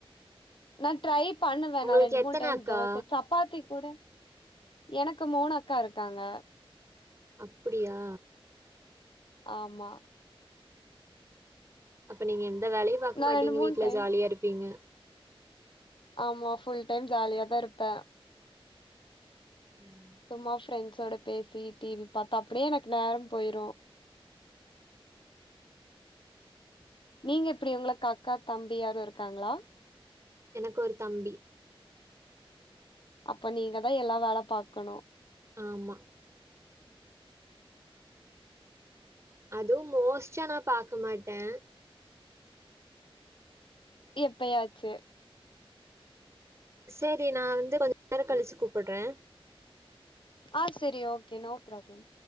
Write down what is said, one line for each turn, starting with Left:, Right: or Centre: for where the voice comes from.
Left: நான ட்ரை பண்ண வேணாம்
Right: உங்களுக்கு
Left: ரெண்டு
Right: எத்தன
Left: மூணு டைம்
Right: அக்கா?
Left: தோச சப்பாத்தி கூட எனக்கு மூணு அக்கா இருக்காங்க
Right: அப்டியா
Left: ஆமா
Right: அப்ப நீங்க எந்த வேலையு பாக்கமாட்டீங்க
Left: நா ரெண்டு மூணு
Right: வீட்ல
Left: டைம்
Right: ஜாலியா இருப்பீங்க
Left: ஆமா ஃபுல் டைம் ஜாலியாதா இருப்பே
Right: உம்
Left: சும்மா ஃப்ரெண்ட்ஸோட பேசி டி வி பாத்தா அப்டியே எனக்கு நேர போயிரு நீங்க எப்டி உங்களுக்கு அக்கா தம்பி யாரு இருக்காங்களா
Right: எனக்கு ஒரு தம்பி
Left: அப்ப நீங்கதா எல்லா வேல பாக்கணு
Right: ஆமா அதுவும் மோஷ்சா நான் பாக்க மாட்ட
Left: எப்பயாச்சு
Right: செரி நா வந்து கொஞ்ச நேர கலிச்சி கூப்பட்ற்ற
Left: ஆஹ் செரி ஓகே நோ பராப்ளம்